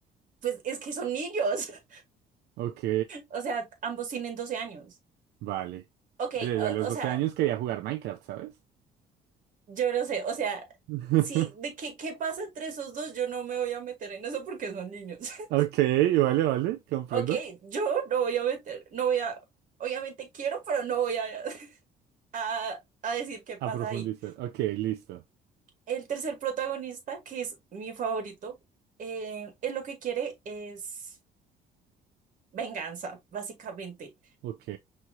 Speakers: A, on the right; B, on the right.
A: Pues es que son niños. <laughs>
B: Ok,
A: O sea, ambos tienen 12 años.
B: vale.
A: Ok,
B: Oye, yo a los
A: o,
B: 12
A: o sea,
B: años quería jugar Minecraft, ¿sabes?
A: yo no sé. O sea,
B: <laughs>
A: sí, ¿de qué, qué pasa entre esos dos? Yo no me voy a meter en eso porque son niños. <laughs>
B: Ok, vale, vale, comprendo.
A: Ok, yo no voy a meter, no voy a... Obviamente quiero, pero no voy a. a, a decir qué pasa
B: A profundizar.
A: ahí.
B: Ok, listo.
A: El tercer protagonista, que es mi favorito, eh, él lo que quiere es venganza, básicamente.
B: Ok,